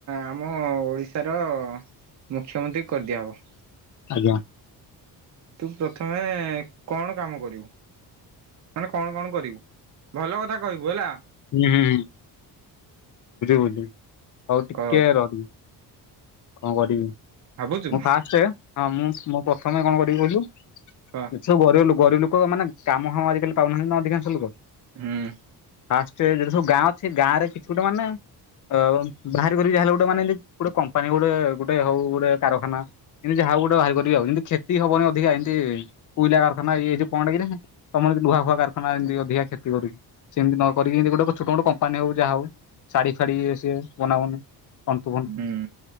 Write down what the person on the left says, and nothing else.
ଆଜ୍ଞା।
ହୁଁ ବୁଝିମି ବୁଝିଦେମି ଆଉ ଟିକେ
ରହିମି। କଁ କରିବି ମୁଁ
ଫାଷ୍ଟେ ହଁ ମୁଁ ମୁଁ ପ୍ରଥମେ କଣ କରିବି କହୁିଲୁ।
ଏଠି ସବୁ ଗରିବ ଲୋକ ଗରିବ ଲୋକ ମାନେ କାମ ଫାମ ଆଜିକାଲି ପାଉନାହାନ୍ତି ନା ଅଧିକାଂଶ ଲୋକ।
ଫାଷ୍ଟ ଯଟି ସବୁ ଗାଁ ଅଛି ଗାଁରେ କିଛି ଗୋଟେ ମାନେ ଅ ବାହାର କରିବି ଯା ହେଲେ ଗୋଟେ ମାନେ ଏମିତି ଗୋଟେ କମ୍ପାନୀ ଗୋଟେ ଗୁଟେ ହଉ ଗୁଟେ କାରଖାନା। ଏମି ଯାହା ଗୋଟେ ବାହାର କରିିବ ଯେମ୍ତି କ୍ଷତି ହବନି ଅଧିକା ଏମ୍ତି କୋଇଲା ଖାନା ଇ ଯଉ କଣଟା କିରେ। ତମର ଯଦି ଲୁହାଖୁହା କଖାନ ଏମିତି ଅଧିକା କ୍ଷତି କରୁଛି ସେମିତି ନ କରି କରି ଗୋଟେ ଛୋଟ ମୋଟ କମ୍ପାନୀ ହଉ ଯାହା ହଉ ଶାଢୀ ଫାଢୀ ଇଏ ସିଏ ବନାବନି। ଆଣ୍ଠୁ ପାଣ୍ଠୁ